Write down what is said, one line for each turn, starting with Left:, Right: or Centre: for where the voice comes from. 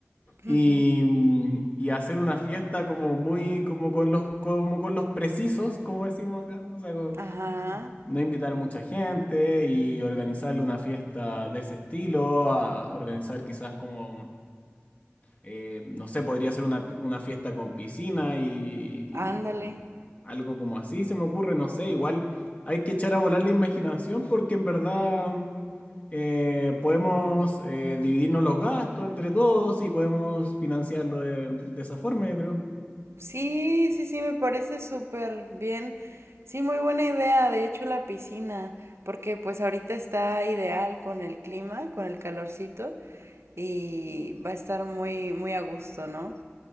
Left: y,
Right: Ujú.
Left: mm, y hacer una fiesta como muy, como con los, como con los precisos, como decimos acá. O sea, como
Right: Ajá,
Left: no invitar mucha gente y organizarle una fiesta de ese estilo, a- a organizar quizás como eh, no sé, podría ser una, una fiesta con piscina y,
Right: ándale.
Left: Algo como así se me ocurre, no sé, igual hay que echar a volar la imaginación porque en verdad mm, eh, podemos eh, dividirnos los gastos entre todos y podemos financiarlo de, de esa forma, yo creo.
Right: Sí, sí, sí, me parece súper bien. Sí, muy buena idea, de hecho, la piscina, porque pues ahorita está ideal con el clima, con el calorcito y va a estar muy, muy a gusto, ¿no?